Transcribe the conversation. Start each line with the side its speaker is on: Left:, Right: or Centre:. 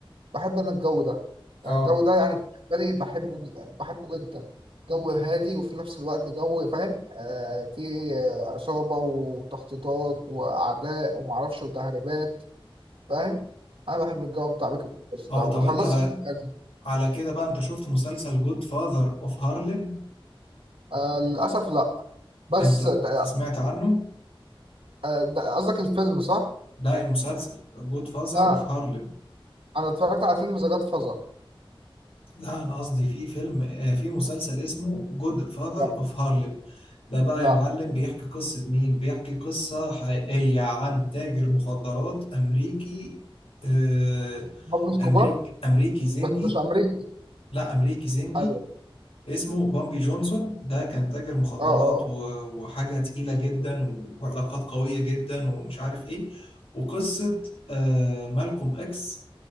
Right: بحب أنا الجو ده يعني
Left: آه
Right: الجو ده يعني بالنسبة لي بحبه ج- بحبه جدا جو هادي وفي نفس الوقت جو فاهم آه فيه عصابة وتخطيطات وأعداء ومعرفش وتهريبات فاهم أنا بحب الجو بتاع بيك بس ده
Left: آه
Right: وخلصت
Left: طب أنت على
Right: الفيلم
Left: على كده بقى أنت شفت مسلسل جود فاذر أوف هارلم؟
Right: آه للأسف لأ بس
Left: أنت أنت
Right: ده-
Left: سمعت عنه؟
Right: آه، ده- قصدك الفيلم صح؟
Left: لا المسلسل جود فاذر
Right: لا
Left: اوف هارلم
Right: انا اتفرجت على فيلم ذا جاد فازر
Left: لا انا قصدي في فيلم آه، في مسلسل اسمه جود فاذر
Right: لا
Left: اوف هارلم ده بقى
Right: لا
Left: يا معلم بيحكي قصة مين بيحكي قصة حقيقية عن تاجر مخدرات امريكي آه،
Right: برضه الكبار
Left: امريكي امريكي زنجي
Right: بس مش امريكي
Left: لا امريكي زنجي
Right: ايوه
Left: اسمه بامبي جونسون ده كان تاجر مخدرات
Right: اه اه
Left: و- وحاجة تقيلة جدا و- وعلاقات قوية جدا ومش عارف ايه وقصة آه، مالكوم اكس